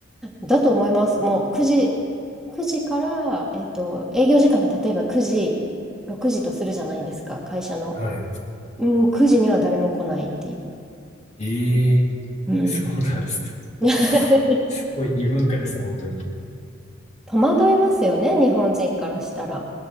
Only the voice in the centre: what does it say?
だと思います。もう9時、9時から、えっと、営業時間が例えば9時、6時とするじゃないですか、会社の。
もう9時には誰も来ないってい
う。うん。<laughs>
戸惑いますよね、日本人からしたら。